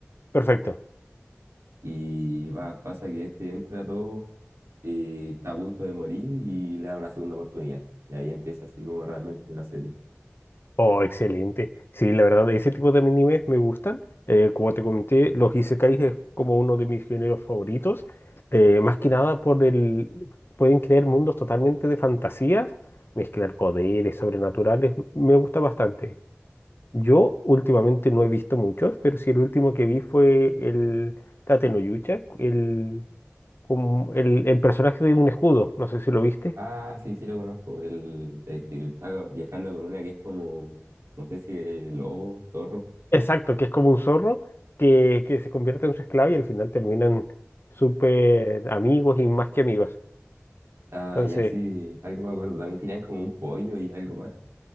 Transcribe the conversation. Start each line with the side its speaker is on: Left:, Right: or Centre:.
Left: Perfecto.
Right: Y va, pasa que este entra todo, eh, está a punto de morir y le da una segunda oportunidad. Y ahí empieza así como realmente la serie.
Left: Oh, excelente. Sí, la verdad, ese tipo de animes me gustan. Eh, como te comenté, los isekais es como uno de mis géneros favoritos. Eh, más que nada por el... Pueden crear mundos totalmente de fantasías, mezclar poderes sobrenaturales. Me gusta bastante. Yo últimamente no he visto muchos, pero sí el último que vi fue el Tate no Yucha, el, como el, el personaje de un escudo. No sé si lo viste.
Right: Ah, sí, sí lo conozco, el, el que está viajando con una que es como, no sé si es lobo, zorro.
Left: Exacto, que es como un zorro que, que se convierte en su esclavo y al final terminan súper amigos y más que amigos.
Right: Ah,
Left: Entonces,
Right: y así, algo me acuerdo. También tenían como un pollo y algo más.